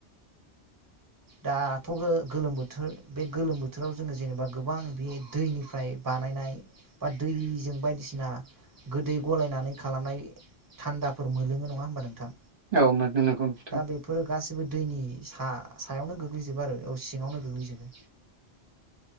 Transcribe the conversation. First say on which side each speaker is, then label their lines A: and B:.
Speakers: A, on the right; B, on the right.
A: दाथ' गो गोलोम बोथोर बे गोलोम बोथोराव जोङो जेनेबा गोबां बे दैनिफ्राय बा बानायनाय बा दैजों बायदिसिना। गोदै गलायनानै खालामनाय थान्दाफोर मोनलोङो नङा होमबा नोंथां।
B: औ मोनो नंगौ नोंथां
A: दा बेफोरो गासैबो दैनि सा। सायावनो गोग्लैजोबो आरो औ सिङावनो गोग्लैजोबो